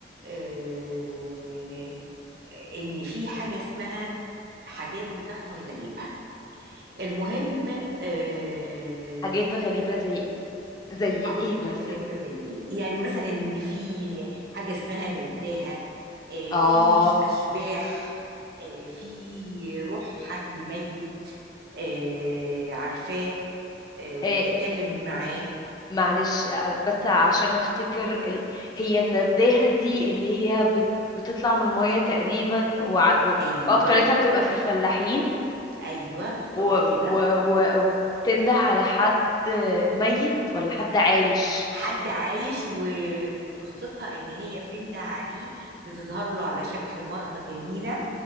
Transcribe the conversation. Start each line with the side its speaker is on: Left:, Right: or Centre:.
Right: آه، آه، إن في حاجة اسمها حاجات بتحصل غريبة المهم أه
Left: حاجات غريبة زي زي
Right: هقول
Left: ايه
Right: لك
Left: مثلا
Right: حاجات غريبة زي ايه يعني مثلا ان في حاجة اسمها نداهة أه
Left: اه
Right: في ش- اشباح أه في روح حد ميت أه عارفاه أه وبتتكلم
Left: إيه
Right: معاه
Left: معلش آه، بس عشان افتكر ال... هي النداهة دي اللي هي بت... بتطلع من المية تقريبا وع...
Right: ايوه
Left: واكترتها بتبقى في الفلاحين
Right: ايوه بالظبط
Left: و...
Right: كده
Left: و... و... وبتنده على حد ميت ولا حد عايش
Right: حد عايش و... وقصتها ان هي بتندى عليه بتظهر له على شكل مرأة جميلة